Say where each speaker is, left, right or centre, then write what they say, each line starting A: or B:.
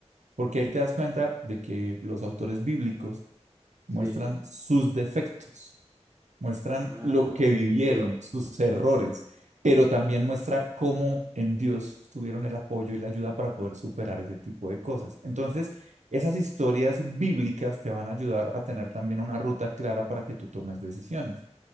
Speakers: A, on the right; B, on the right.
A: porque ahí te das cuenta de que los autores bíblicos muestran
B: sí.
A: sus defectos, muestran
B: Ah,
A: lo que vivieron,
B: ok.
A: sus errores, pero también muestra cómo en Dios tuvieron el apoyo y la ayuda para poder superar ese tipo de cosas. Entonces, esas historias bíblicas te van a ayudar a tener también una ruta clara para que tú tomes decisiones.